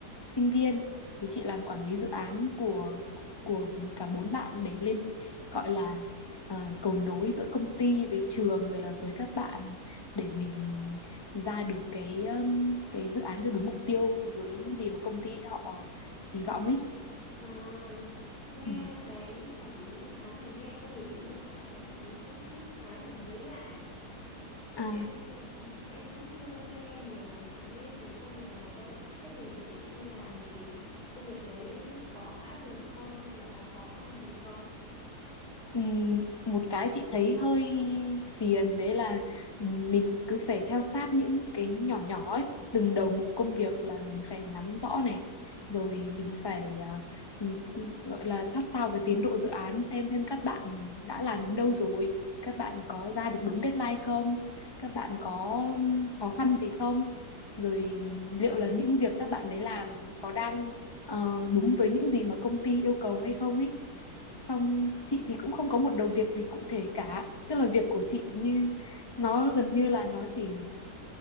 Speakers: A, on the left; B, on the left.
A: sinh viên thì chị làm quản lý dự án của của cả bốn bạn để lên gọi là à, cầu nối giữa công ty với trường rồi là với các bạn để mình ra được cái um, cái dự án cho đúng mục tiêu với những gì mà công ty họ kỳ vọng ấy.
B: à nghe
A: Ừ. <laughs>
B: cái quản lý dự án này nghe công việc chị mô tả ấy, em thấy cũng khá là mới lạ ấy.
A: À,
B: em ừ, em cũng chưa chưa nghe nhiều về cái cái công việc này đâu thế thì chị đi làm thì công việc đấy có áp lực không hay là có khó khăn gì không
A: Ừm, một cái chị thấy hơi phiền đấy là mình cứ phải theo sát những cái nhỏ nhỏ ấy từng đầu mục công việc là mình phải nắm rõ này rồi mình phải à, ừm, gọi là sát sao với tiến độ dự án xem thêm các bạn đã làm đến đâu rồi các bạn
B: Ừ.
A: có ra được đúng deadline không các bạn có khó khăn gì không rồi liệu là những việc các bạn đấy làm có đang ờ, đúng với những gì mà công ty yêu cầu hay không ấy xong chị thì cũng không có một đầu việc gì cụ thể cả tức là việc
B: Ừ,
A: của chị như nó gần như là nó chỉ